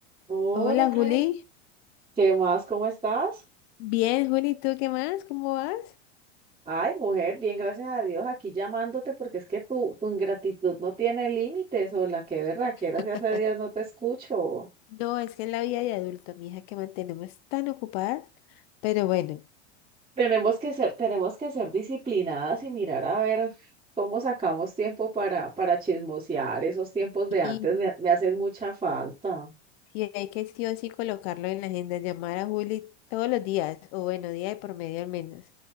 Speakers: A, on the right; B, on the left.
A: Hola
B: Hola
A: Karen,
B: Juli,
A: ¿qué más? ¿Cómo estás?
B: bien Juli, ¿tú qué más? ¿Cómo vas?
A: Ay, mujer, bien, gracias a Dios, aquí llamándote porque es que tu, tu ingratitud no tiene límites. Hola, qué berraquera,
B: <laughs>
A: si hace días no te escucho.
B: No, es que en la vida de adulto, mija, que mantenemos tan ocupadas, pero bueno,
A: Tenemos que ser, tenemos que ser disciplinadas y mirar a ver cómo sacamos tiempo para, para chismosear. Esos tiempos de antes
B: y,
A: me, me hacen mucha falta.
B: y hay que sí o sí colocarlo en la agenda, llamar a Juli todos los días, o bueno, día de por medio al menos.